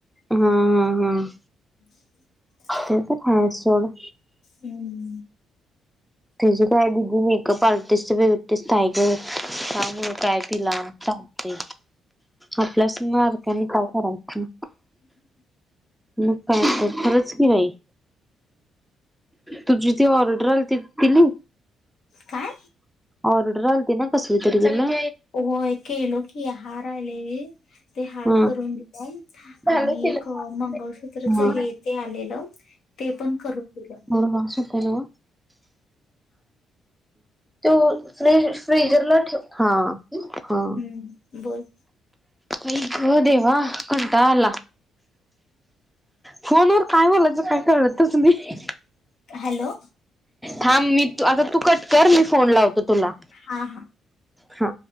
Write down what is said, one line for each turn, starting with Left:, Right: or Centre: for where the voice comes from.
Centre: हंम, हंम, हं
Left: <inaudible>
Centre: ते तर काय, सोड
Left: हम्म
Centre: तिची काय दीदी, मेकअप आर्टिस्ट बिवटिस्ट हाय गं, त्यामुळं काय तिला? ते आपल्याच मारकांनी काय करायचं? मग काय तर, खरंच कि बाई, तुझी ती ऑर्डर आलती ती लीव
Left: काय?
Centre: ऑर्डर आलती ना कसली तरी तुला?
Left: व्हय केलोय की, हार आलेली ते हार
Centre: हा
Left: करून दिली आणि
Centre: झालं केलं
Left: एक
Centre: हा
Left: मंगळसूत्रच हे ते आलेलं ते पण करून दिलं.
Centre: <unintelligible> हॅलो तू लय फ्रीजरला ठेव, हा हा
Left: हम्म, बोल
Centre: आई गं देवा, कंटाळा आला फोनवर, काय बोलायचं काय कळतच नाही?
Left: हॅलो
Centre: थांब मी तू, आता तू कट कर, मी फोन लावतो तुला
Left: हा, हा
Centre: हा